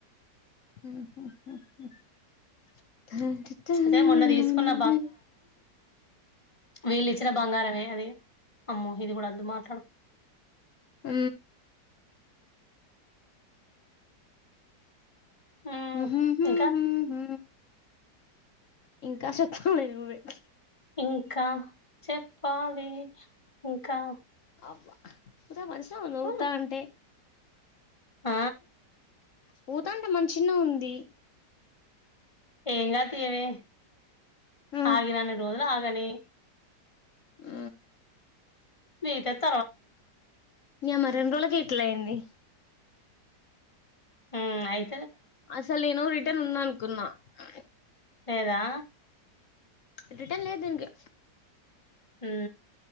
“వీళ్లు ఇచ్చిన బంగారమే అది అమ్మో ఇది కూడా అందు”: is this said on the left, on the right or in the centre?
Left